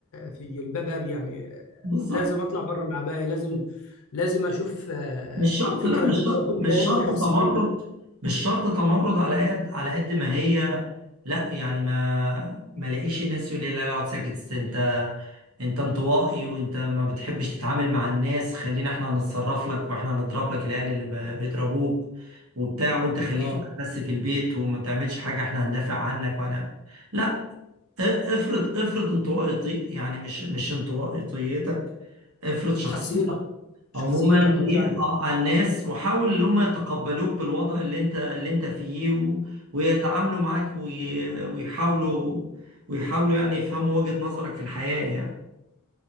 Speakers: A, on the left; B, on the right.
A: في جلباب ابي يعني آه،
B: بالظبط
A: لازم اطلع بره العبايه لازم لازم اشوف آه
B: مش شرط
A: فكره
B: لا مش
A: لازم
B: شرط
A: اكون
B: مش
A: كيان
B: شرط
A: وشخصيتي
B: تمرد مش شرط تمرد على قد على قد ما هي لا يعني ما ما لاقيش الناس يقول لي لا لا اقعد ساكت انت انت انطوائي وانت ما بتحبش تتعامل مع الناس خلينا احنا نتصرف لك واحنا نضرب لك العيال اللي ما بيضربوك وبتاع وانت خليك
A: اه
B: بس في البيت وما تعملش حاجة احنا هندافع عنك وانا لا افرض افرض انطوائي يعني مش مش انطوائيتك افرض شخصيتك
A: شخصيتك شخصيتك
B: عموما دي
A: اه فعلا
B: على الناس وحاول ان هم يتقبلوك بالوضع اللي انت اللي انت فيه و... ويتعاملوا معاك وي... ويحاولوا ويحاولوا يعني يفهموا وجهة نظرك في الحياة يعني